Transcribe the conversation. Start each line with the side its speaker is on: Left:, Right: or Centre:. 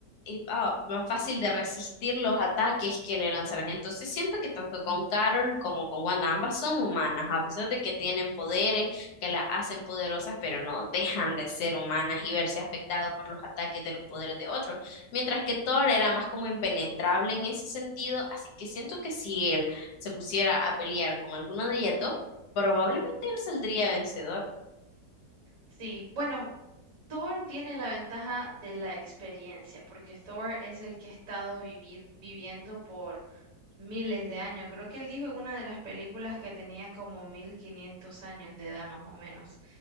Left: eh, ah, más fácil de resistir los ataques que le lanzaran. Entonces siento que tanto con Carol como con Wanda, ambas son humanas, a pesar de que tienen poderes que las hacen poderosas, pero no dejan de ser humanas y verse afectado por los ataques de los poderes de otros. Mientras que Thor era más como impenetrable en ese sentido, así que siento que si él se pusiera a pelear con alguno de ellas dos, Probablemente él saldría vencedor.
Right: Sí, bueno, Thor tiene la ventaja de la experiencia, porque Thor es el que ha estado vivi- viviendo por Miles de años. Creo que él dijo en una de las películas que tenía como 1500 años de edad más o menos.